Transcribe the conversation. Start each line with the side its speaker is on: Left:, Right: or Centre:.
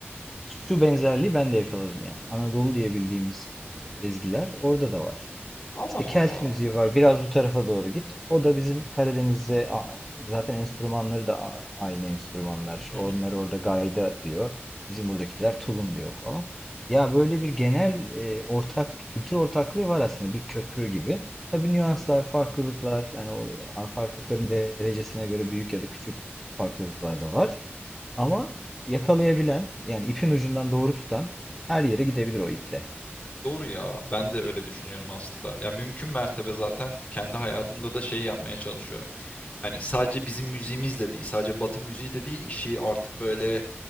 Centre: Şu benzerliği ben de yakaladım yani. Anadolu diye bildiğimiz e, ezgiler orada da var.
Left: Allah
Centre: İşte Kelt
Left: Allah.
Centre: müziği var. Biraz bu tarafa doğru git. O da bizim Karadeniz'de a- zaten enstrümanları da a- aynı enstrümanlar.
Left: Hı hı.
Centre: Onları orada gayda diyor. Bizim buradakiler tulum diyor falan. Ya böyle bir genel e, ortak kültür ortaklığı var aslında bir köprü gibi. Tabii nüanslar, farklılıklar, hani o farklılıkların derecesine göre büyük ya da küçük farklılıklar da var.
Left: Hı
Centre: Ama
Left: hı.
Centre: yakalayabilen yani ipin ucundan doğru tutan her yere gidebilir o iple.
Left: Doğru ya. Ben de öyle düşünüyorum aslında. Ya mümkün mertebe zaten kendi hayatımda da şey yapmaya çalışıyorum. Hani sadece bizim müziğimiz de değil, sadece Batı müziği de değil, işi artık böyle